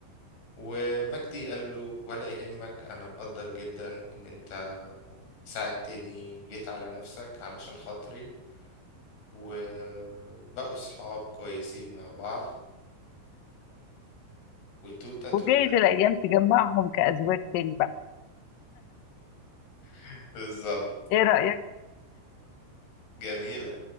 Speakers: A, on the left; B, on the left.
A: ومجدي قال له ولا يهمك أنا مقدر جدا إن أنت ساعدتني وجيت على نفسك علشان خاطري وبقوا صحاب كويسين مع بعض وتوتة توتة
B: وجايز الايام تجمعهم كازواج تاني بقى
A: <laughs> بالظبط
B: ايه رايك
A: جميلة